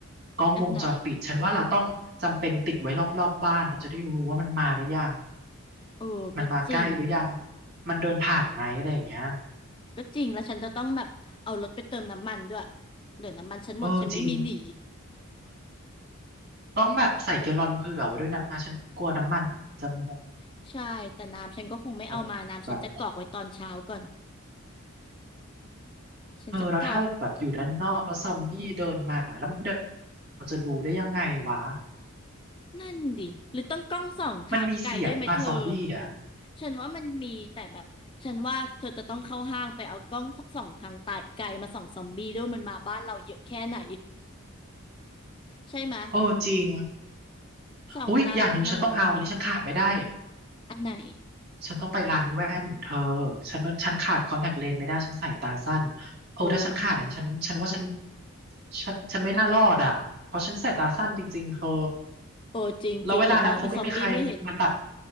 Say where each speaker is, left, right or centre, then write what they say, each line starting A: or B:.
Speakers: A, on the right; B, on the left.
A: กล้องวงจรปิดฉันว่าเราต้องจำเป็นติดไว้รอบรอบบ้านเราจะได้รู้ว่ามันมาหรือยัง
B: อันไหนเออก็จริง
A: มันมาใกล้หรือยัง มันเดินผ่านไหมอะไรอย่างเงี้ย
B: ก็จริงแล้วฉันจะต้องแบบเอารถไปเติมน้ำมันด้วยเดี๋ยวน้ำมันฉันหมดฉันไม่มีหนี
A: เออจริงต้องแบบใส่แกลลอนเผื่อไว้ด้วยนะฉันกลัวน้ำมันจะหม
B: <laughs> ใช่แต่น้ำฉันก็คงไม่เอามาน้ำฉันจะกรอกไว้ตอนเช้าก่อน
A: ดแบบ
B: ฉันจะกรอก
A: เออแล้วถ้าแบบอยู่ด้านนอกแล้วซอมบี้เดินมาแล้วมันเดินเราจะรู้ได้ยังไงวะ
B: นั่นดิหรือต้องกล้องส่องทางไกลด้วยไหมเธอ
A: มันมีเสียงป่ะซอมบี้อ่ะ
B: ฉันว่ามันมีแต่แบบฉันว่าเธอจะต้องเข้าห้างไปเอากล้องส่องทางไกลมาส่องซอมบี้ด้วยมันมาบ้านเราเยอะแค่ไหนใช่ไหมย
A: เออจริง
B: ส่องตาแบบถนนอย่างเงี้ย
A: อุ๊ยอย่างหนึ่งฉันต้องเอาอันนี้ฉันขาดไม่ได้
B: อันไหน
A: ฉันต้องไปร้านแว่นเธอฉันมันฉันขาดคอนแทคเลนส์ไม่ได้ฉันใส่ตาสั้น เออถ้าฉันขาดอันนี้ฉันฉันว่าฉัน
B: เออ
A: ฉัน ฉันไม่น่ารอดอ่ะเพราะฉันใส่ตาสั้นจริงๆเธอ
B: เอจริงจริงเดี๋ยวมองอีซอมบี้ไม่เห็น
A: แล้วเวลานั้นคงไม่มีใครมาตัด